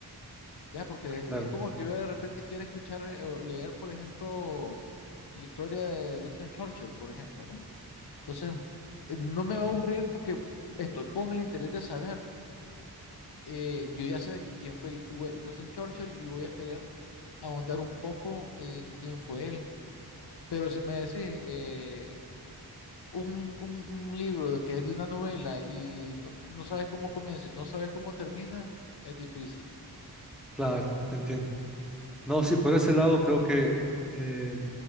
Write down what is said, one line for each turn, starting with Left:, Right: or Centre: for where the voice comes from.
Left: ¿ya? Porque
Centre: claro,
Left: es como que yo de repente quiero escuchar eh, o leer, por ejemplo, la historia de Winston Churchill, por ejemplo, ¿no? Entonces, eh, no me
Centre: claro,
Left: va a aburrir porque estoy con el interés de saber. eh, yo ya sé quién fue Wi- Winston Churchill y voy a querer ahondar un poco en quién fue él. Pero si me decís eh, un, un- un libro de- que es de una novela y no, no sabes cómo comienza y no sabes cómo termina, es difícil.
Centre: claro, te entiendo. No, sí, por ese lado creo que eh,